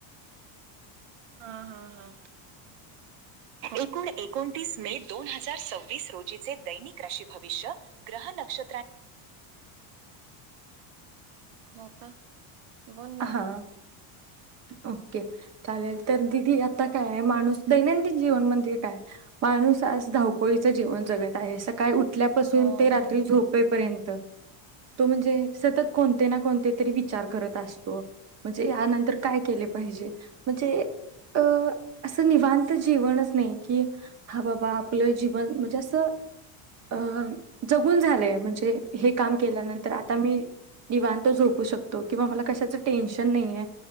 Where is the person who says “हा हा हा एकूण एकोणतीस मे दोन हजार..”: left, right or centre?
Right